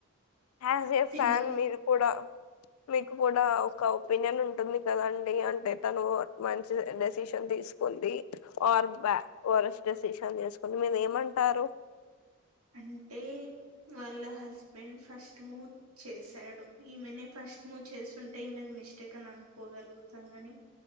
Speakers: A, on the left; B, on the right.
A: ఆస్ ఏ ఫ్యాన్
B: ఎందుకు
A: మీరు కూడా మీకు కూడా ఒక ఒపీనియన్ ఉంటుంది కదండి అంటే తను మంచి డెసిషన్ తీసుకుంది ఆర్ బ వరస్ట్ డెసిషన్ తీసుకుని మీరు ఏమంటారు
B: అంటే వాళ్ళ హస్బెండ్ ఫస్ట్ మూవ్ చేశాడు ఈమెనే ఫ ఫస్ట్ మూవ్ చేస్తుంటే ఈ మీద మిస్టేక్ అని అనుకోగలుగుతాం ని